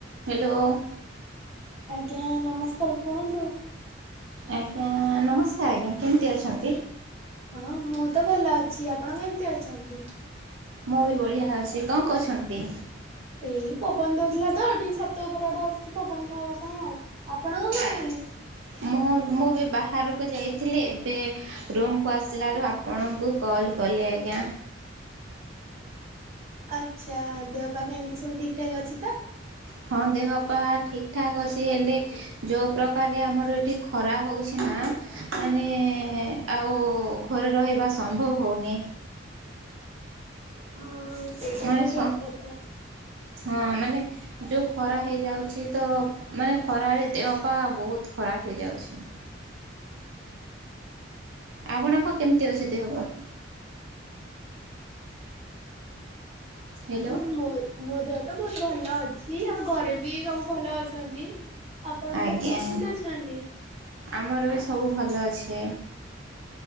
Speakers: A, on the right; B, on the right.
A: <inaudible> Hello.
B: ଆଜ୍ଞା ନମସ୍କାର କୁହନ୍ତୁ?
A: ଆଜ୍ଞା ନମସ୍କାର ଆଜ୍ଞା କେମିତି ଅଛନ୍ତି?
B: ହଁ ମୁଁ ତ ଭଲ ଅଛି। ଆପଣ କେମିତି ଅଛନ୍ତି?
A: ମୁଁ ବି ବଢିଆ ଅଛି କଣ କୋହୁଛନ୍ତି?
B: ଏଇ ପବନ ଦୋଉଥିଲା ତ ଟିକେ ଛାତ ଉପର ଆଡେ ଆସିଚି ପବନ ଖାଇବା ପାଇଁ ଆଉ ଆପଣ କଣ କରୁଚନ୍ତି?
A: ଆ ମୁଁ ମୁଁ ବି ବାହାରକୁ ଯାଇଥିଲି ଏବେ ରୁମ୍ କୁ ଆସିଲାରୁ ଆପଣଙ୍କୁ କଲ୍ କଲି ଆଜ୍ଞା।
B: ଆଛା ଦେହ ପା କେମିତି ସବୁ ଠିକ୍ ଠାକ୍ ଅଛି ତ?
A: ହଁ ଦେହ ପା ଠିକ୍ ଠାକ୍ ଅଛି ହେଲେ ଯୋଉ ପ୍ରକାରରେ ଆମର ଏଠି ଖରା ହୋଉଛି ନା ମାନେ ଆଉ ଘରେ ରହିବା ସମ୍ଭବ ହୋଉନି।
B: ହଁ ସେଇଟା
A: ମାନେ
B: ବି
A: ସ
B: ଠିକ କଥା।
A: ହଁ ମାନେ ଯୋଉ ଖରା ହେଇଯାଉଚି ତ ମାନେ ଖରାରେ ଦେହ ପା ବୋହୁତ ଖରାପ ହେଇଯାଉଛି। ଆପଣଙ୍କ କେମିତି ଅଛି ଦେହ ପା? ହ୍ୟାଲୋ
B: ଉହୁଁ ମୋ-ମୋ ଦେହ ତ ବୋହୁତ ଭଲ ଅଛି। ଆଉ ଘରେ ବି ସବୁ ଭଲ ଅଛନ୍ତି। ଆପଣଙ୍କ
A: ଆଜ୍ଞା
B: ଘରେ ସବୁ କେମିତି ଅଛନ୍ତି?
A: ଆମର ବି ସବୁ ଭଲ ଅଛି।